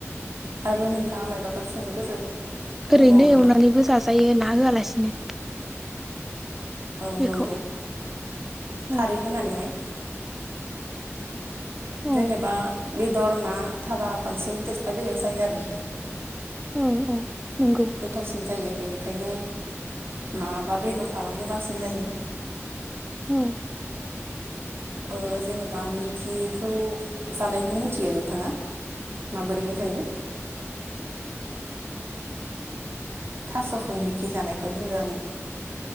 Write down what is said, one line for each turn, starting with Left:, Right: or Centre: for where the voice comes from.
Right: आरो नोंथाङा मायबाफोर सोंनो गोसो दंबावो
Centre: ओरैनो
Right: नामा
Centre: एवनानैबो जाजायो ना होआलासिनो
Right: औ
Centre: बेखौ।
Right: नंगौ
Centre: औ
Right: खारै होनानैहाय
Centre: औ
Right: जेनेबा बेदर ना थाबा बांसिन टेस्टा बेलेग जायो आरो।
Centre: औ औ नंगौ।
Right: गोथावसिन जायो बेनिखायनो ना बा बेदर थाबा मोजांसिन जायो।
Centre: औ
Right: ओ जेनेबा मिखिखौ जानायखौ मिथियो नोंथाङा? माबोरैहाय जायो? थास'खौ मिखि जानायखौ होनदो आङो।